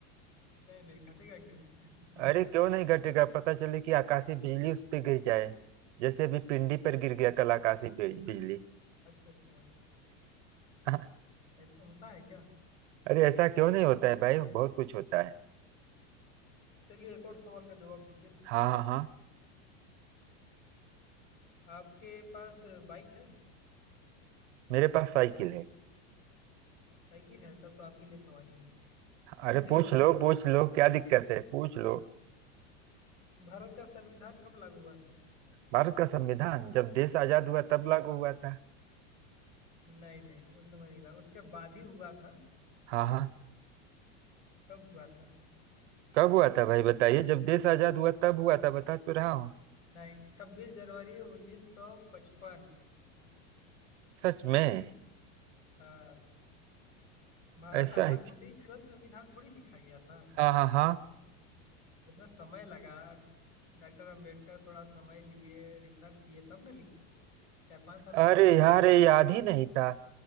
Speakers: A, on the left (about 40°); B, on the right (about 75°).
A: नहीं नहीं घटेगा क्यों
B: अरे क्यों
A: <laughs>
B: नहीं घटेगा पता चले कि आकाशीय बिजली उस पर गिर जाए जैसे अभी पिंडी पर गिर गया कल आकाशीय बिज- बिजली <laughs>
A: अच्छा अच्छा
B: हाँ,
A: ऐसा होता है क्या
B: अरे ऐसा क्यों नहीं होता है भाई बहुत कुछ होता है
A: चलिए एक और सवाल का जवाब दीजिए
B: हाँ हाँ हाँ
A: आपके पास बाइक है
B: मेरे पास साइकिल है
A: साइकिल है तब तो आपके लिए सवाल ही नहीं
B: अरे पूछ
A: है
B: लो पूछ
A: <laughs>
B: लो क्या दिक्कत है पूछ लो
A: भारत का संविधान कब लागू हुआ था
B: भारत का संविधान जब देश आजाद हुआ
A: हाँ?
B: तब लागू हुआ था
A: नहीं नहीं उस समय नहीं लगा उसके बाद ही हुआ था
B: हाँ हाँ
A: कब हुआ था
B: कब हुआ था भाई बताइए जब देश आजाद हुआ तब हुआ था बता तो रहा हूँ
A: नहीं छब्बीस जनवरी उन्नीस सौ पचपन
B: सच में
A: हाँ भारत
B: ऐसा
A: आजाद
B: है
A: होते ही तुरंत संविधान थोड़ी लिखा गया था
B: हाँ हाँ हाँ
A: इसमें समय लगा डॉक्टर अंबेडकर थोड़ा समय लिए रिसर्च किए तब ना लिखे थे चार पांच साल तो
B: अरे
A: उनको भी लग
B: यार
A: गया
B: ये
A: था
B: याद ही नहीं था